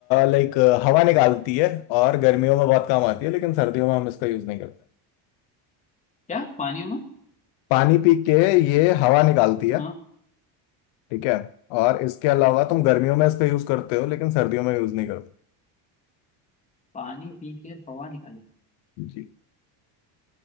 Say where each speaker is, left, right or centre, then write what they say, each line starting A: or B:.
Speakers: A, on the left (about 70°); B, on the left (about 15°).
A: लाइक हवा निकालती है और गर्मियों में बहुत काम आती है लेकिन सर्दियों में हम इसका यूज नहीं करते
B: क्या पानी हूँ
A: पानी पी के ये हवा निकालती
B: मैं?
A: है
B: हाँ
A: ठीक है और इसके अलावा तुम गर्मियों में इसका यूज करते हो लेकिन सर्दियों में यूज नहीं करते
B: पानी पी के हवा निकाली
A: जी